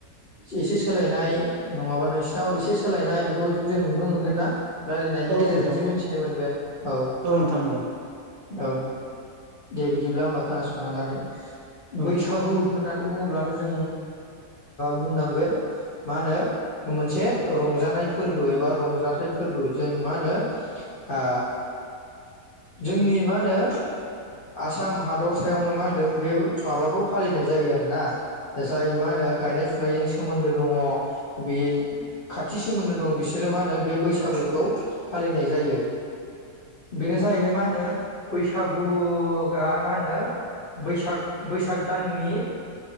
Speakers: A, on the left (about 55°); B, on the right (about 80°).
A: एसे सोलायनाय नङाबा नोंसिनाव एसे सोलायनाय बेखौ जों नुनो मोनगोन ना? रायलायनायनि
B: औ
A: गेजेरजोंसो
B: नोंथां
A: मिथिनो मोनगोन औ
B: नोंथां औ
A: औ दे बिदिब्ला होमबा खोनासंना लादो।
B: औ
A: बैसागु होननानै बुङोब्लाथ जों बुंनांगोन मा होनो मोनसे रंजानाय फोरबो एबा रंजाथाइ फोरबो जों मा होनो ओ जोंनि मा होनो आसाम हादरसायावनो मा होनदों बे माबाखौ फालिनाय जायो आरोना। जाय मा होनो गायनाय फुनायजों सोमोन्दो दङ बे खाथि सोमोन्दो दं बिसोरो मा होनो बे बैसागुखौ फालिनाय जायो। बेनो जाहैबाय मा होनो बैसागु खौहाय होनो बैसाग बैसाग दाननि